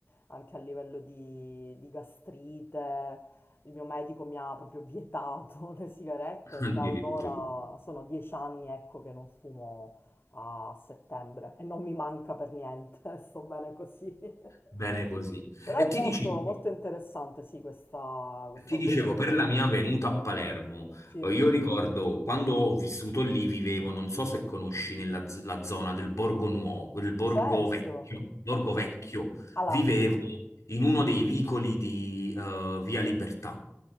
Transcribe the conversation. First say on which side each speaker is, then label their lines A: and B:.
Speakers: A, on the left; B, on the left.
A: anche a livello di, di gastrite, il mio medico mi ha proprio vietato <laughs> le sigarette,
B: <laughs> addirittura.
A: da allora sono dieci anni, ecco, che non fumo a settembre e non mi manca per niente, <laughs> sto bene così. <laughs>
B: Bene così.
A: Però
B: E
A: è
B: ti
A: molto,
B: dicevo,
A: molto interessante, sì, questa, questa...
B: Ti dicevo,
A: Quindi,
B: per la mia venuta a Palermo,
A: sì,
B: eh, io ricordo quando ho vissuto lì, vivevo, non so se conosci nella z- la zona del Borgo Nuovo, il Borgo
A: certo.
B: Vecchio, Borgo
A: E qui...
B: Vecchio,
A: Allora,
B: vivevo in uno dei vicoli di eh, Via Libertà.